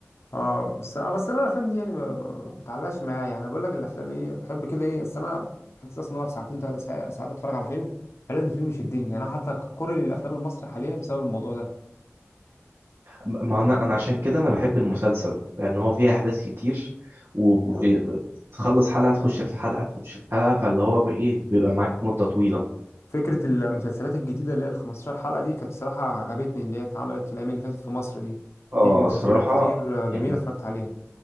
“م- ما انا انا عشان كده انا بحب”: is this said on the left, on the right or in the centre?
Right